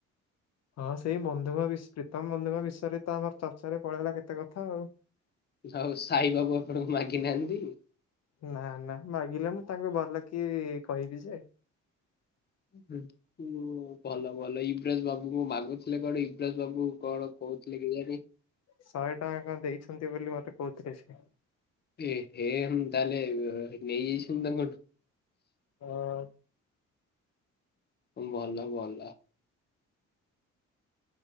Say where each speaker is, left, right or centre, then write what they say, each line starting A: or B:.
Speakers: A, on the left; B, on the left.
A: ହଁ ସେଇ ବନ୍ଧୁଙ୍କ ବିଷ୍ ପ୍ରୀତମ ବନ୍ଧୁଙ୍କ ବିଷୟରେ ତ ଆମର ଚର୍ଚ୍ଚାରେ ପଳେଇଲା କେତେ କଥା ଆଉ।
B: ହଉ ସାଇ ବାବୁ ଆପଣଙ୍କୁ ମାଗିନାହାନ୍ତି?
A: ନାଁ ନାଁ ମାଗିଲେ ମୁଁ ତାଙ୍କୁ ଭଲ କି କହିବି ଯେ।
B: ଉଁ ହୁଁ। ହୁଁ ଭଲ ଭଲ ଇବ୍ରଜ ବାବୁଙ୍କୁ ମାଗୁଥୁଲେ କଣ ଇବ୍ରାଜ ବାବୁ କଣ କୋହୁଥୁଲେ କେଜାଣି?
A: ଶହେ ଟଆଁ କଁ ଦେଇଛନ୍ତି ବୋଲି ମତେ କୋହୁଥୁଲେ ସେ।
B: ଏହେ ତାହେଲେ ନେଇଯାଇଛନ୍ତି ତାଙ୍କଠୁ।
A: ହଁ।
B: ଉଁ ଭଲ ଭଲ।